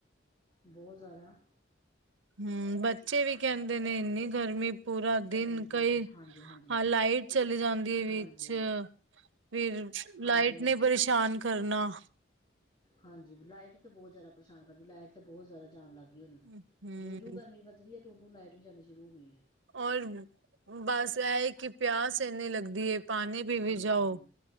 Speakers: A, on the left (about 25°); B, on the right (about 85°).
A: ਬਹੁਤ ਜ਼ਿਆਦਾ
B: ਹਮ, ਬੱਚੇ ਵੀ ਕਹਿੰਦੇ ਨੇ ਇੰਨੀ ਗਰਮੀ ਪੂਰਾ
A: ਗਰਮੀ
B: ਦਿਨ
A: ਬਹੁਤ
B: ਕਈ
A: ਹੈ ਹਾਂਜੀ ਹਾਂਜੀ
B: ਹਾਂ ਲਾਈਟ ਚਲੀ ਜਾਂਦੀ ਹੈ
A: ਹਾਂਜੀ
B: ਵਿੱਚ, ਫਿਰ
A: ਹਾਂਜੀ
B: ਲਾਈਟ
A: ਹਾਂਜੀ
B: ਨੇ ਪਰੇਸ਼ਾਨ ਕਰਨਾ
A: ਹਾਂਜੀ ਲਾਈਟ ਤੇ ਬਹੁਤ ਜ਼ਿਆਦਾ ਪ੍ਰੇਸ਼ਾਨ ਕਰਦੀ ਲਾਈਟ ਤੇ ਬਹੁਤਿਆਦਾ ਜਾਣ ਲੱਗਦੀ
B: ਹੂੰ,
A: ਜੂ ਜੂ ਗਰਮੀ ਵਧਹੀ ਹੈ ਉਦੋਂ ਲਾਈਟ ਵੀ ਜਾਣੀ ਸ਼ੁਰੂ ਹੋ ਗਈ ਹੈ।
B: ਔਰ ਬਸ ਇਹ ਹੈ ਕਿ ਪਿਆਸ ਇੰਨੀ ਲੱਗਦੀ ਏ ਪਾਣੀ ਪੀ ਵੀ
A: ਹੂੰ
B: ਜਾਓ
A: ਹੂੰ